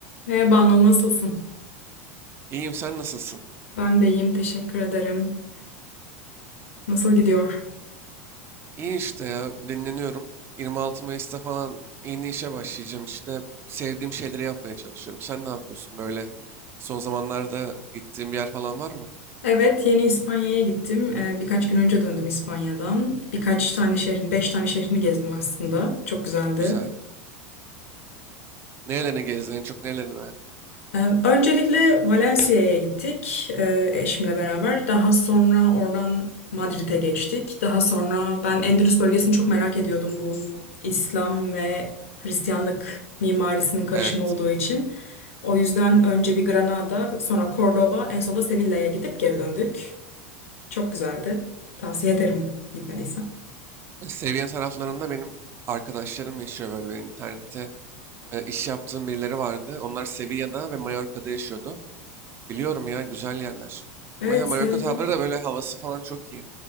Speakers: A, on the left; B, on the right.
A: Merhaba Anıl, nasılsın?
B: İyiyim sen nasılsın?
A: Ben de iyiyim, teşekkür ederim. Nasıl gidiyor?
B: İyi işte ya dinleniyorum. 26 Mayıs'ta falan yeni işe başlayacağım işte. Sevdiğim şeyleri yapmaya çalışıyorum. Sen ne yapıyorsun böyle? Son zamanlarda gittiğin bir yer falan var mı?
A: Evet, yeni İspanya'ya gittim. Ee, birkaç gün önce döndüm İspanya'dan. Birkaç tane şehrin, beş tane şehrini gezdim aslında. Çok güzeldi.
B: Güzel. Nerelerini gezdin en çok nerelerini beğendin?
A: Ee, Öncelikle Valencia'ya gittik e, eşimle beraber. Daha sonra oradan Madrid'e geçtik. Daha sonra ben Endülüs bölgesini çok merak ediyordum bu İslam ve Hristiyanlık mimarisinin karışımı
B: Evet.
A: olduğu için. O yüzden önce bir Granada, sonra Cordoba, en sonunda Sevilla'ya gidip geri döndük. Çok güzeldi. Tavsiye ederim gitmediysen.
B: E, Seviye taraflarında benim arkadaşlarım yaşıyor böyle ben internette. e, iş yaptığım birileri vardı. Onlar Sevilla'da ve Mallorca'da yaşıyordu. Biliyorum ya güzel yerler.
A: Evet,
B: Mesela Mallorca
A: Sevilla.
B: tarafları da böyle havası falan çok iyi.